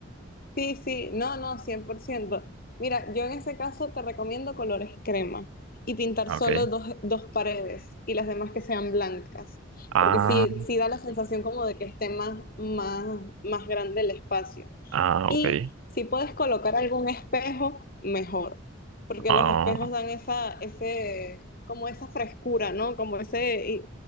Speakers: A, on the left; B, on the right.
A: sí, sí, no, no, cien por ciento. Mira, yo en ese caso te recomiendo colores crema y pintar
B: Ok.
A: solo dos, dos paredes y las demás que sean blancas,
B: Ah,
A: porque sí, sí da la sensación como de que esté más, más, más grande el espacio.
B: ah,
A: Y
B: ok.
A: si puedes colocar algún espejo, mejor, porque
B: Ah,
A: los espejos dan esa, ese, como esa frescura, ¿no? Como ese, y